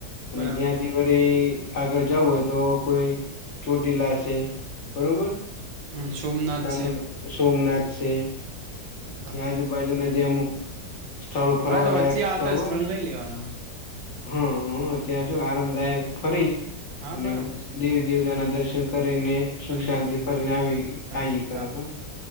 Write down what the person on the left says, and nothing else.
અને
ત્યાંથી બી આગળ જવું હોય તો કોઈ ચોટી લશે, બરોબર.
તળ
સોમનાથ છે.
એ આજુબાજુને જે અમુક સ્થળો, ફરવાલાયક
સ્થળ
હોય ને.
હા ત્યાં થી આરામદાયક ફરી
અને
દેવી
દેવતાના દર્શન. કરીને સુખ
શાંતિ
ફરીને આવી
આવી.